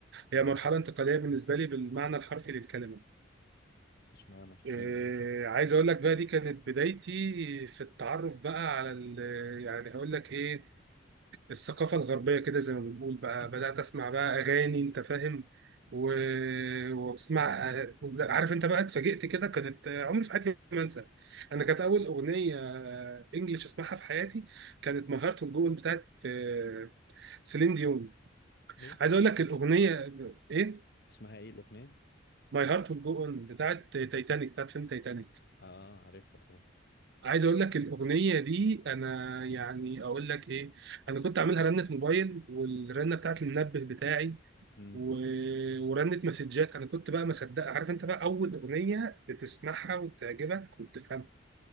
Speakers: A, on the left (about 60°); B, on the right (about 65°).
A: ليه؟
B: هي مرحله انتقاليه بالنسبه لي بالمعنى الحرفي للكلمه
A: اشمعنى احكي
B: آه،
A: لي
B: عايز اقول لك بقى دي كانت بدايتي في التعرف بقى على ال- يعني هقول لك ايه الثقافة الغربية كده زي ما بنقول بقى
A: <laughs>
B: بدأت أسمع بقى أغاني أنت فاهم و... وأسمع عارف أنت بقى اتفاجئت كده كانت عمري في حياتي ما أنسى أنا كانت أول أغنية إنجليش أسمعها في حياتي كانت ماي هارت ويل جو بتاعت آه، سيلين ديون
A: ايه
B: عايز أقول لك الأغنية إيه
A: اسمها ايه الاغنيه
B: ماي هارت ويل جو أون بتاعت تايتانيك بتاعت فيلم تايتانيك
A: اه عارفها طبعا
B: عايز اقول لك الاغنيه دي انا يعني اقول لك ايه انا كنت عاملها رنه موبايل والرنه بتاعت المنبه بتاعي
A: امم
B: و- ورنت مسجات انا كنت بقى مصدق عارف انت بقى اول اغنيه بتسمعها وبتعجبك وبتفهمها